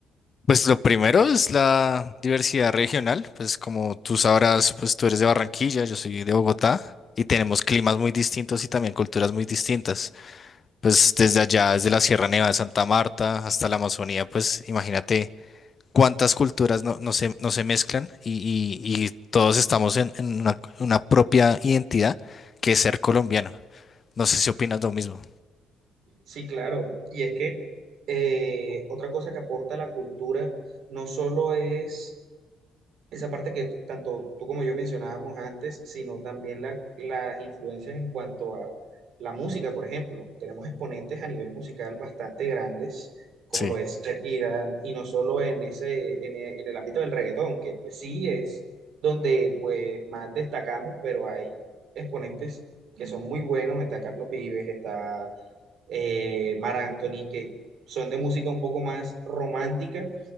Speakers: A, on the left (about 35°); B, on the right (about 70°).
A: Pues lo primero es la diversidad regional, pues como tú sabrás, pues tú eres de Barranquilla, yo soy de Bogotá y tenemos climas muy distintos y también culturas muy distintas. Pues desde allá, desde la Sierra Nevada de Santa Marta hasta la Amazonía, pues imagínate cuántas culturas no, no se, no se mezclan y, y- y todos estamos en, en una, una propia identidad que es ser colombiano. No sé si opinas lo mismo.
B: Sí, claro. Y es que eh, otra cosa que aporta la cultura no solo es esa parte que t- tanto tú como yo mencionábamos antes, sino también la- las influencias en cuanto a la música, por ejemplo. Tenemos exponentes a nivel musical bastante grandes, como
A: Sí,
B: lo es Sí, Shakira, y no solo en ese, en e- en el ámbito del reggaetón, que pues sí es donde pues más destacamos, pero hay exponentes que son muy buenos, está Carlos Vives, está eh, Mar Anthony, que son de música un poco más romántica